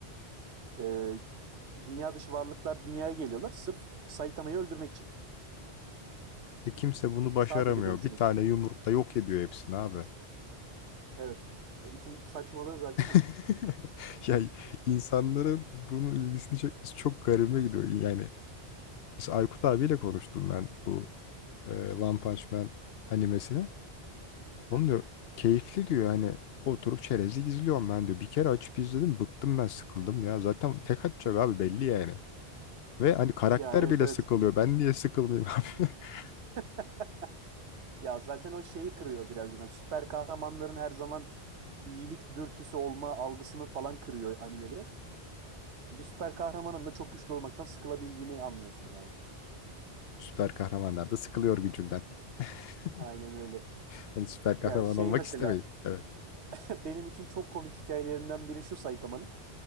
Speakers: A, on the right; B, on the left.
A: Ee, dünya dışı varlıklar dünyaya geliyorlar. Sırf Saitama'yı öldürmek için.
B: E kimse bunu başaramıyor.
A: Sadece dövüşmek
B: Bir tane
A: için.
B: yumrukla yok ediyor hepsini abi.
A: Evet. İşte işin saçmalığı zaten
B: <laughs>
A: o.
B: Yani insanların bunun ilgisini çekmesi çok garibime gidiyor. Yani Mesela Aykut abiyle konuştum ben bu e, One Punch Man animesini. Onun
A: Hı
B: diyor keyifli diyor hani oturup çerezlik izliyorum ben diyor. Bir kere açıp izledim bıktım ben sıkıldım ya. Zaten tek atacak abi belli yani. Ve hani karakter
A: Ya evet
B: bile
A: evet.
B: sıkılıyor. Ben niye sıkılmayayım abi? <laughs>
A: <laughs> Ya zaten o şeyi kırıyor birazcık. Yani süper kahramanların her zaman iyilik dürtüsü olma algısını falan kırıyor anime biraz. Bir süper kahramanın da çok güçlü olmaktan sıkılabildiğini anlıyorsun yani.
B: Süper kahramanlar da sıkılıyor gücünden. <laughs>
A: Aynen öyle.
B: Yani süper kahraman
A: Ya şey
B: olmak
A: mesela
B: istemeyin. Evet.
A: <laughs> benim için çok komik hikayelerinden biri şu Saitama'nın.